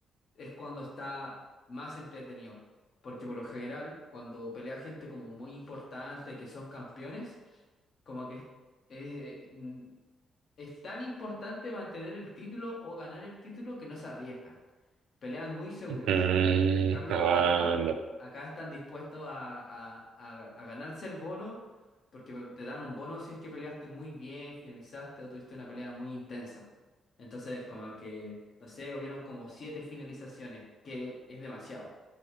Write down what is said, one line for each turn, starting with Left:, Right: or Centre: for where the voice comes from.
Left: es cuando está más entretenido. Porque por lo general, cuando pelea gente como muy importante, que son campeones, como que eh, mm, es tan importante mantener el título o ganar el título que no se arriesgan. Pelean muy seguro.
Right: Mm,
Left: En cambio,
Right: ah,
Left: acá,
Right: no.
Left: acá están dispuestos a, a- a- a ganarse el bono porque te dan un bono si es que peleaste muy bien, finalizaste o tuviste una pelea muy intensa. Entonces, como que, no sé, hubieron como siete finalizaciones, que es demasiado.